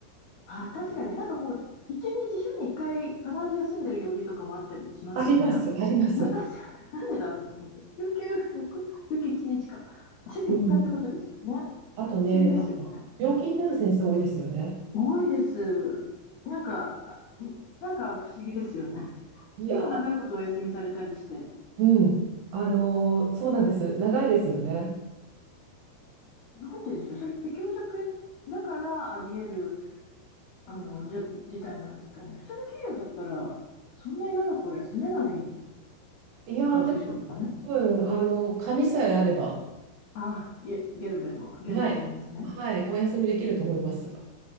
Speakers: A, on the left; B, on the right.
A: あ、確かになんかこう、一日週に一回必ず休んでる曜日とかもあったりしますね、
B: あります、
A: なんか。
B: あります。
A: <laughs> な、なんでなんでだろうと思って。週休4日、週休1日か。週休3日ってことですよね。
B: うん、あとね、
A: 不思議ですよね。
B: なんか病気になる先生多いですよね。
A: 多いです。なんか、あなんか不思議ですよね。
B: いや、
A: 結構長いことお休みされたりして。
B: うん、あのーそうなんです。長いですよね。
A: なんででしょう。それって教職だからあり得る、あの、じょ事態なんですかね。普通の企業だったら、そんなに長くは休めない
B: いやー、
A: のでしょうかね。
B: でも、多分、あのー、紙さえあれば、
A: ああ、いえ、ゲルベの、ゲルベ社員ですね。
B: はい、はい、お休みできると思います。